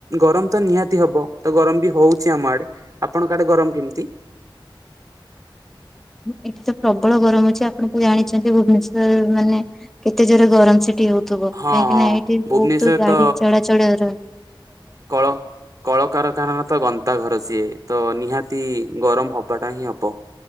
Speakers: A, on the right; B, in the centre.
A: ଗରମ ତ ନିହାତି ହବ ତ ଗରମ ବି ହଉଛି ଆମ ଆଡେ ଆପଣଙ୍କ କାଆଡେ ଗରମ କେମିତି
B: ଏଇଠି ତ ପ୍ରବଳ ଗରମ ଅଛି ଆପଣଙ୍କୁ ଜାଣିଛନ୍ତି ଭୁବନେଶ୍ଵର ମାନେ କେତେ ଜୋରେ ଗରମ ସେ ଏଠୀ ହଉଥିବ
A: ହଁ
B: କାହିଁକି
A: ହଁ
B: ନା ଏଇଠି
A: ଭୁବନେଶ୍ଵର
B: ବହୁତ ଗାଡି
A: ତ
B: ଚଳାଚଳର ରହ
A: କଳ କଳକାରଖାନା ମତ ଗନ୍ଧ ତା ଘର ସିଏ ତ ନିହାତି ଗରମ ହବାଟା ହିଁ ହବ